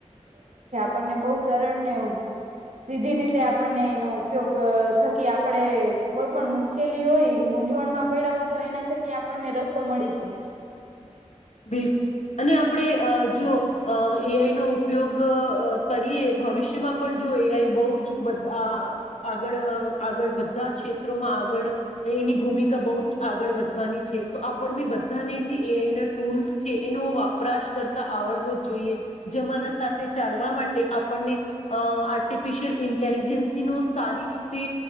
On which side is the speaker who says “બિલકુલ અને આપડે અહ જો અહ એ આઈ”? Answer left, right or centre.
Left